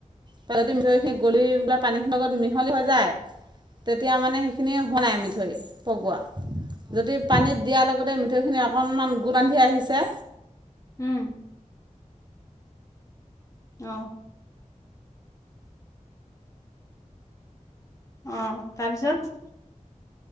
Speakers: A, on the right (about 35°); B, on the left (about 25°).
A: পেলাই দি মিঠৈ সেই গলিবাক লগত মিহলি হৈ যায়। তেতিয়া মানে সেইখিনি হুনাই মিঠৈ থৈ পগোৱা যদি পানীত দিয়াৰ লগতে মিঠৈখিনি অকণমান গো বান্ধি আহিছে।
B: উম আহ অ', তাৰপিছত?